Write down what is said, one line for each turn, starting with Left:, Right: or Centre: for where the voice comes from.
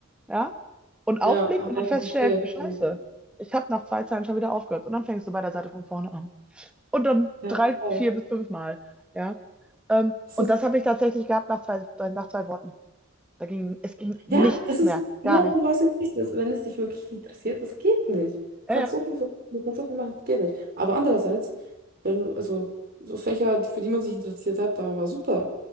Centre: ja, und
Right: Ja,
Centre: aufblickt
Right: ah,
Centre: und dann feststellt,
Right: ich verstehe.
Centre: Scheiße,
Right: Ja,
Centre: ich habe nach zwei Zeilen schon wieder aufgehört. Und dann fängst du bei der Seite von vorne an. Und dann
Right: ja,
Centre: drei,
Right: total.
Centre: vier bis fünf Mal, ja. Ähm,
Right: Es
Centre: und
Right: ist.
Centre: das habe ich tatsächlich gehabt nach zwei, äh, nach zwei Worten. Da ging, es ging nichts
Right: Ja, das ist
Centre: mehr,
Right: genau
Centre: gar nichts.
Right: so, was du ist. Wenn es dich wirklich interessiert, das geht nicht. Du
Centre: Ja,
Right: kannst
Centre: ja,
Right: so viel, ver- du kannst so viel machen, das geht nicht. Aber andererseits, wenn du, also so Fächer, die, für die man sich interessiert hat, da war super.